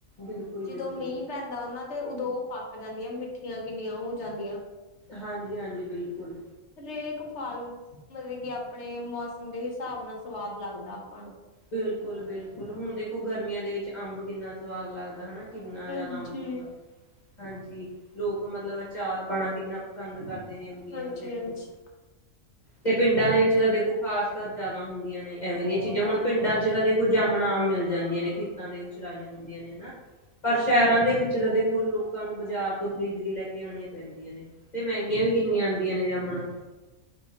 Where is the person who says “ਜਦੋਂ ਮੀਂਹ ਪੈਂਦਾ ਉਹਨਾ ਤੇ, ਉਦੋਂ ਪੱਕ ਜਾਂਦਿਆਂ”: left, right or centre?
Left